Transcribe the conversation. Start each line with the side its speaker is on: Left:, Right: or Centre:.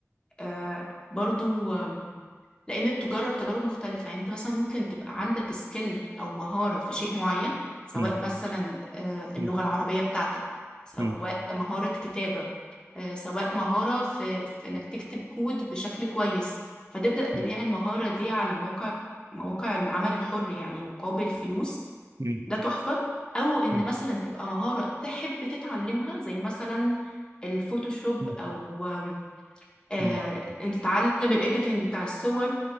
Left: آه برضو لان تجرب تجارب مختلفة يعني انت مثلا ممكن تبقى عندك سكيل او مهارة في شيء معين سواء
Right: مم،
Left: مثلا آه، اللغة
Right: مم،
Left: العربية بتاعتك سواء
Right: مم،
Left: مهارة كتابة آه، سواء مهارة في في انك تكتب كود بشكل كويس فتبدأ تبيع
Right: مم،
Left: المهارة دي على مواقع مواقع العمل الحر يعني مقابل فلوس
Right: مم،
Left: ده تحفة او ان
Right: مم،
Left: مثلا تبقى مهارة تحب تتعلمها زي مثلا الفوتوشوب
Right: مم،
Left: او آم، آه،
Right: مم.
Left: انت تتعلم الايديتنج بتاع الصور